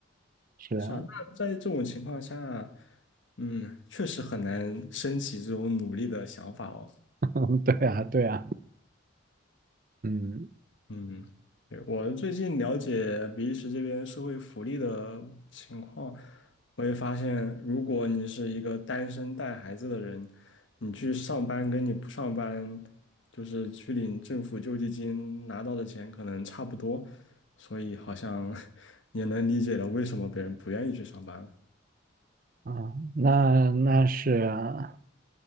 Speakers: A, on the right; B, on the left.
A: 是啊，
B: 是啊，那在这种情况下，嗯，确实很难升起这种努力的想法哦。
A: <laughs> 对啊，对啊，嗯
B: 嗯，对，我最近了解比利时这边社会福利的情况，我也发现，如果你是一个单身带孩子的人，你去上班跟你不上班，就是去领政府救济金拿到的钱可能差不多，所以好像 <laughs> 也能理解了为什么别人不愿意去上班了
A: 啊，那那是啊，